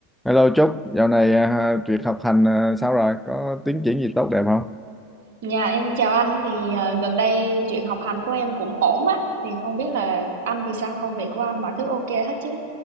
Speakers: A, in the centre; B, on the right.
A: Hello Trúc, dạo này à, việc học hành à, sao rồi? Có tiến triển gì tốt đẹp không?
B: nhà em chào anh thì ờ, gần đây chuyện học hành của em cũng ổn á thì không biết là anh thì sao công việc của anh mọi thứ ok hết chứ